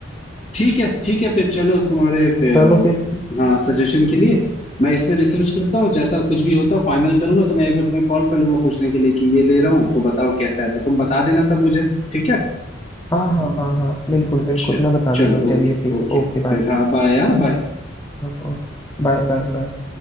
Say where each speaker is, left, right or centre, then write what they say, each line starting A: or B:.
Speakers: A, on the left; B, on the left.
A: ठीक है ठीक है फिर चलो तुम्हारे अ,
B: चलो फिर
A: हाँ सजेशन के लिए मैं इसमें रिसर्च करता हूँ जैसा कुछ भी होता फाइनल करूंगा तो मैं एक बार तुम्हें कॉल कर लूंगा पूछने के लिए कि ये ले रहा हूँ तो बताओ कैसा है तो तुम बता देना तब मुझे ठीक है
B: हाँ हाँ हाँ हाँ बिल्कुल बिल्कुल
A: चलो
B: मैं बता
A: चलो
B: दूंगा चलिए
A: Okay
B: ठीक
A: okay
B: है ओके
A: फिर
B: बाय
A: हाँ बाय हाँ बाय
B: हाँ, ओके बाय बाय बाय